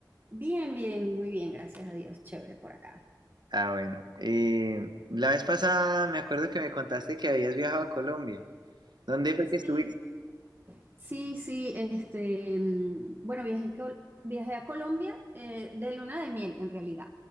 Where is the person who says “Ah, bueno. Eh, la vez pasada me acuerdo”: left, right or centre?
Right